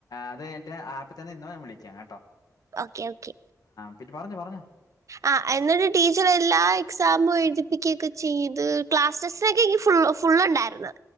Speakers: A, on the left (about 80°); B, on the right (about 55°).
A: അത് കഴിഞ്ഞിട്ട് ആപ്പിൽ തന്നെ ഇന്നോ ഞാൻ വിളിക്ക കേട്ടോ
B: ഓക്കെ ഓക്കെ
A: <unintelligible> പറഞ്ഞോ പറഞ്ഞോ
B: ആ എന്നിട്ട് ടീച്ചർ എല്ലാ എക്സാമും എഴുതിപ്പിക്കേക്ക ചെയ്ത് ക്ലാസസൊക്കെ ഈ ഫുള്ള് ഫുള്ള് ഉണ്ടായിരുന്നു